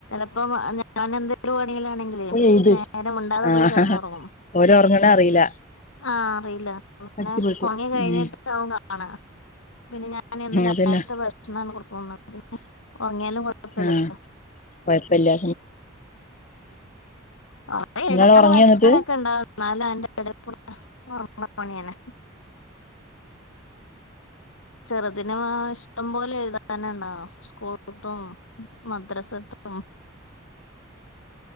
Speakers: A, on the left; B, on the left.
A: അപ്പം ഞാൻ എന്ത്‌ ങ്കിലും പണീലാണെങ്കിലെ
B: പോയെഴുത്
A: നേരമുണ്ടാതെ
B: ആഹ്
A: പോയി കെടന്നൊറങ്ങും
B: ഓര് ഉറങ്ങണ അറിയില്ല
A: ആഹ് അറിയില്ല പിന്നെ
B: അടിപൊളിക്ക്
A: പണി കഴിഞ്ഞിട്ട്
B: ഉം
A: അവൻ കാണാ പിന്നെ ഞാന് എന്നും നേര്ത്തെ
B: അതന്നെ
A: ഭക്ഷണാണ്ട് കൊടുക്കും ന്നാപിന്നെ ഒർങ്ങ്യാലും കൊഴപ്പല്ലല്ലോ
B: ആഹ് ഉം കൊഴപ്പല്ല്യ
A: കൊറേ എഴുതാനും
B: ങ്ങള് എറങ്ങിയോന്നിട്ട്
A: വായിക്കാനൊക്കെ ഉണ്ടാവും എന്നാലും അയിന്റെ എടയ്ക്കൂടെ ഒറങ്ങ്ണ പണിയന്നെ ചെറുതിന് ഇഷ്ടം പോലെ എഴുതാന്ണ്ടാകും സ്കൂള്ത്തും മദ്രസത്തും ഉം
B: <inaudible>